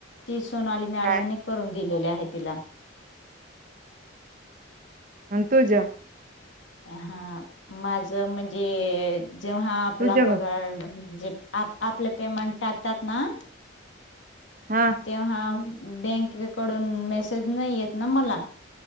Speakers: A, on the left; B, on the right.
A: तीच सोनाली मॅडम
B: काय
A: ने करून दिलेले आहे तिला.
B: तुझ
A: हा माझ म्हणजे जेव्हा आपला
B: तुझ ग
A: पगार म्हणजे आप आपल पेमेंट टाक. त्यांना
B: हा
A: तेव्हा बँकेकडून मेसेज नाही येत ना मला.